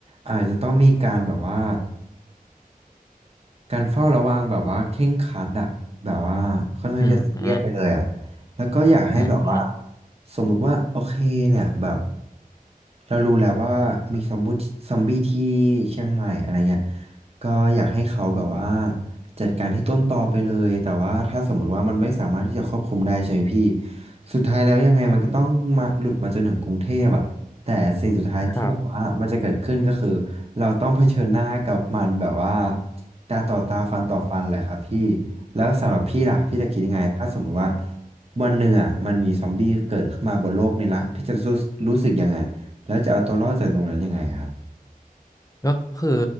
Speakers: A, on the right; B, on the left.
A: อาจจะต้องมีการแบบว่าการเฝ้าระวังแบบว่าเคร่งครัดอะแบบว่าค่อนข้างจะซีเรียสไปเลยอะ
B: อืมอื
A: แล้วก็อยากให้แบบว่า
B: มอืม
A: สมมุติว่าโอเคเนี่ยแบบเรารู้แล้วว่ามีซอมบูซอมบี้ที่เชียงใหม่อะไรเงี้ยก็อยากให้เขาแบบว่าจัดการที่ต้นตอไปเลยแต่ว่าถ้าสมมติว่ามันไม่สามารถที่จะควบคุมได้ใช่ไหมพี่สุดท้ายแล้วยังไงมันก็ต้องมาหลุดมาจนถึงกรุงเทพอะแต่สิ่งสุดท้ายที่แบบว่ามันจะเกิดขึ้นก็คือ
B: ครับ
A: เราต้องเผชิญหน้ากับมันแบบว่าตาต่อตาฟันต่อฟันแหละครับพี่แล้วสำหรับพี่ล่ะพี่จะคิดยังไงถ้าสมมติว่าวันหนึ่งอ่ะมันมีซอมบี้เกิดขึ้นมาบนโลกนี้ละพี่จะรู้รู้สึกยังไงแล้วจะเอาตัวรอดจากตรงนั้นยังไงครับ
B: ก็คือ